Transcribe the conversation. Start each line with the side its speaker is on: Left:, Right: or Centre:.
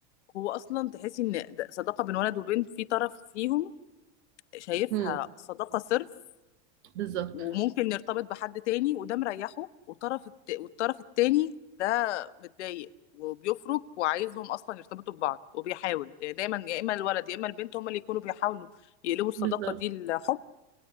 Left: هو اصلا تحسي ان ده صداقه بين ولد وبنت في طرف فيهم شايفها
Right: امم
Left: صداقه صرف
Right: بالظبط
Left: وممكن نرتبط بحد تاني وده مريحه والطرف الت... والطرف التاني ده متضايق وبيفرق وعايزهم اصلا يرتبطوا ببعض وبيحاول يعني دايما يا اما الولد يا اما البنت هما اللي يكونوا بيحاولوا يقلبوا الصداقه
Right: بالظبط
Left: دي لحب